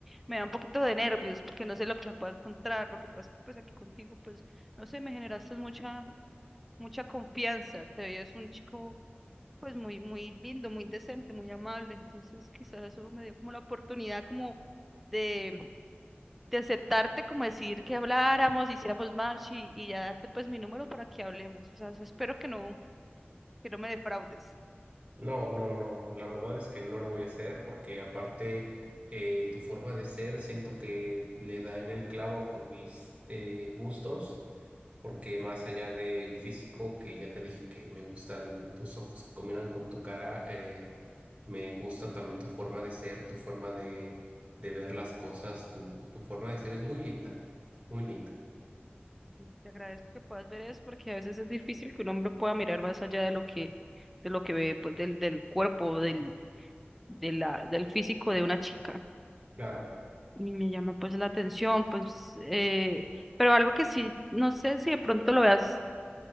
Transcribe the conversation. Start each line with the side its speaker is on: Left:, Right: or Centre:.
Centre: me da un poquito de nervios porque no sé lo que me pueda encontrar. Lo que pasa es que pues aquí contigo, pues no sé, me generaste mucha, mucha confianza. Te veías un chico pues muy, muy lindo, muy decente, muy amable. Entonces quizás eso me dio como la oportunidad como de, de aceptarte, como decir que habláramos, hiciéramos match y, y ya darte pues mi número para que hablemos. O sea, eso espero que no, que no me defraudes.
Right: No, no, no, la verdad es que no lo voy a hacer porque aparte eh, tu forma de ser siento que le da en el clavo con mis eh, gustos, porque más allá del físico, que ya te dije que me gustan tus ojos que combinan con tu cara, eh, me gusta también tu forma de ser, tu forma de, de ver las cosas, tu, tu forma de ser es muy linda, muy linda.
Centre: Y Te agradezco que puedas ver eso porque a veces es difícil que un hombre pueda mirar más allá de lo que, de lo que ve pues del, del cuerpo, del, de la, del físico de una chica.
Right: Claro.
Centre: Y me llama pues la atención, pues, eh, pero algo que sí, no sé si de pronto lo veas